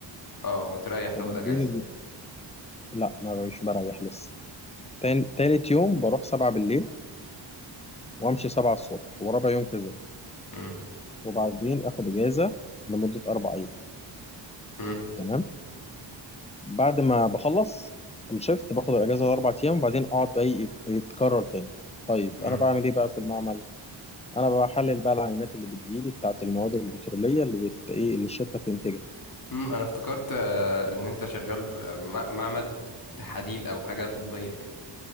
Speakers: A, on the left (about 45°); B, on the left (about 15°).
A: اه وتريح تاخد
B: وبعدين
A: اجازة
B: لا ما بقيش بريح لسه تان- تالت يوم بروح 7 بالليل وامشي 7 الصبح ورابع يوم كذا
A: مم.
B: وبعدين اخد اجازه لمده اربع ايام
A: مم.
B: تمام. بعد ما بخلص الشيفت باخد الاجازه الاربع ايام وبعدين اقعد بقى ي- يتكرر تاني طيب
A: مم.
B: انا بعمل ايه بقى في المعمل انا بحلل بقى العينات اللي بتجيلي بتاعه المواد البتروليه اللي بت... ايه اللي الشركه بتنتجها
A: مم. انا افتكرت آه، ان انت شغال في م- معمل تحاليل او حاجة طبية يعني